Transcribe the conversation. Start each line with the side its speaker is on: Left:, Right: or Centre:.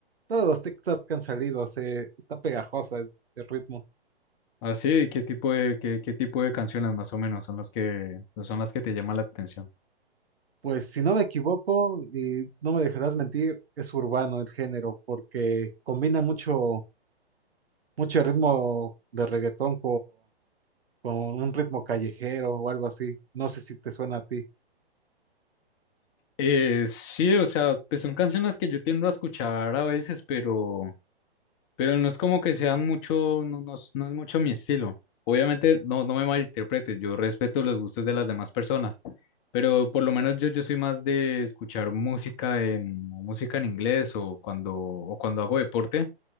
Right: todos los TikTok que han salido, se está pegajosa el, el ritmo.
Left: Ah, sí, ¿qué tipo de, qué, qué tipo de canciones más o menos son las que son las que te llaman la atención?
Right: Pues si no me equivoco, y no me dejarás mentir, es urbano el género, porque combina mucho, mucho ritmo de reggaetón con un ritmo callejero o algo así. No sé si te suena a ti.
Left: Eh, sí, o sea, pues son canciones que yo tiendo a escuchar a veces, pero, pero no es como que sean mucho, no, no, es- no es mucho mi estilo. Obviamente, no, no me malinterpretes, yo respeto los gustos de las demás personas, pero por lo menos yo, yo soy más de escuchar música en, música en inglés o cuando, o cuando hago deporte,